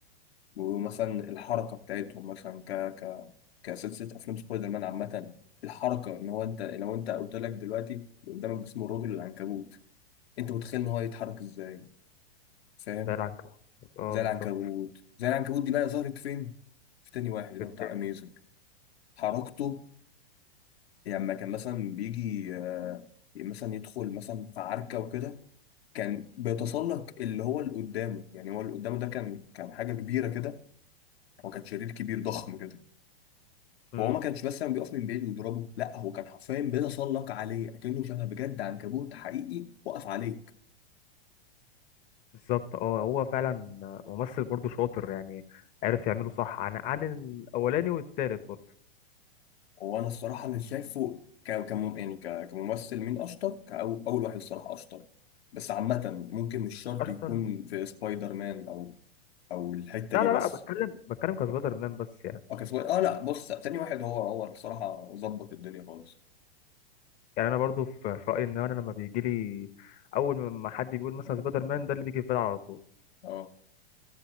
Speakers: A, on the left; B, on the left.
A: ومثلا الحركة بتاعتهم مثلا ك ك كسلسلة أفلام سبايدر مان عامة الحركة إن هو أنت لو أنت قلت لك دلوقتي اللي قدامك ده اسمه الرجل العنكبوت أنت متخيل إن هو هيتحرك إزاي فاهم
B: زي العنكبوت اه
A: زي
B: بالظبط
A: العنكبوت زي العنكبوت دي بقى ظهرت فين في تاني واحد اللي
B: في التاني
A: هو بتاع أميزنج حركته يعني لما كان مثلا بيجي آه، مثلا يدخل مثلا في عركة وكده كان بيتسلق اللي هو اللي قدامه يعني هو اللي قدامه ده كان كان حاجة كبيرة كده هو كان شرير كبير ضخم كده
B: مم.
A: فهو ما كانش بس لما بيقف من بعيد ويضربه لا هو كان حرفيا بيتسلق عليه اكنه شبه بجد عنكبوت حقيقي وقف عليك
B: بالظبط اه هو فعلا ممثل برضو شاطر يعني عارف يعمله صح عن عن الاولاني والتالت برضو
A: هو انا الصراحه مش شايفه ك- كم يعني ك- كممثل مين اشطر كأو اول واحد الصراحه اشطر بس عامه ممكن مش شرط
B: اشطر
A: يكون في سبايدر مان او او الحته
B: لا
A: دي
B: لا
A: بس
B: لا بتكلم بتكلم كسبايدر مان بس يعني
A: اه كان سباي- اه لا بص تاني واحد هو هو الصراحه ظبط الدنيا خالص
B: يعني انا برضو في في رايي ان انا لما بيجي لي اول ما حد بيقول مثلا سبايدر مان ده اللي بيجي في بالي على طول
A: اه